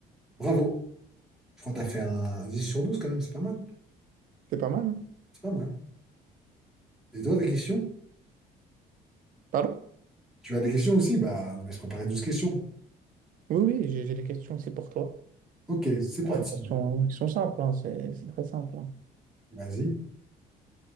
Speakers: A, in the centre; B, on the right.
A: Bravo. Je crois que t'as fait un 10 sur 12 quand même, c'est pas mal.
B: C'est pas mal. hein.
A: C'est pas mal. Et toi, tes questions?
B: Pardon?
A: Tu as des questions aussi? Bah, on va se préparer douze questions.
B: Oui, oui, j'ai j'ai des questions aussi pour toi.
A: Ok, c'est parti.
B: Ah, les questions, qui sont simples, hein, c'est c'est très simple. hein.
A: Vas-y.